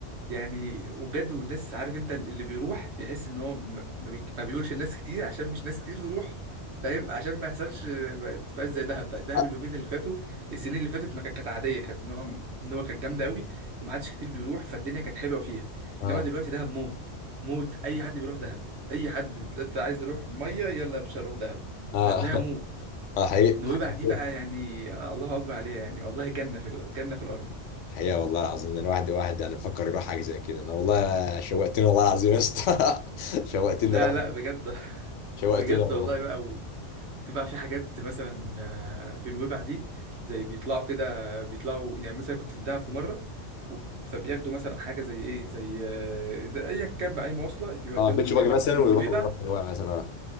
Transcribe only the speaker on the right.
يعني وبجد والناس عارف انت اللي بيروح بيحس ان هو ما ما بي- ما بيقولش لناس كتير عشان مش ناس كتير تروح فاهم عشان ما يحصلش ما تبقاش زي دهب بقى دهب
اليومين اللي فاتوا السنين اللي فاتت ما كانت كانت عاديه كانت ان هو ان هو كانت جامده قوي ومحدش كتير بيروح فالدنيا كانت حلوه فيها
انما دلوقتي دهب موت موت اي حد بيروح دهب اي حد دلوقتي عايز يروح ميه يلا يا باشا روح دهب
فهتلاقيها
موت
نويبع
دي بقى يعني الله اكبر عليها يعني والله جنه في ال- جنه في الارض
لا
لا بجد <laughs>
بجد
والله بقى و... بتبقى في حاجات مثلا آه، في نويبع دي زي بيطلعوا كده بيطلعوا يعني مثلا كنت في دهب في مره و- فبياخدوا مثلا حاجه زي ايه زي آه، زي ايا كان باي مواصله يوديهم
نويبع
ومن
نويبع